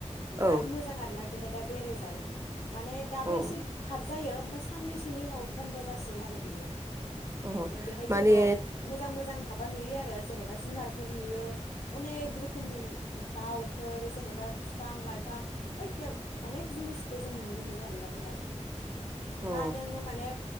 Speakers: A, on the left; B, on the right.
A: बिराद
B: औ
A: मोजां आरोना बेहाय दा बेराय जागोन। माने दाबो
B: अ
A: एसे हाबजायो ओमफ्राय साननैसेनि उनाव बन्द' जासिगोन आरो बियो
B: अ
A: माने बेहाय
B: माने
A: जोङो मोजां मोजां मा माबा नुयो आरो जेनेबा जुनारफोर नुयो अनेक रोखोमनि दाउफोर जेनेबा फिफां लाइफां जायखि अनेक जिनिसखौ जों नुनो मोनो आरोना बेहाय
B: अ
A: मा नोङो माने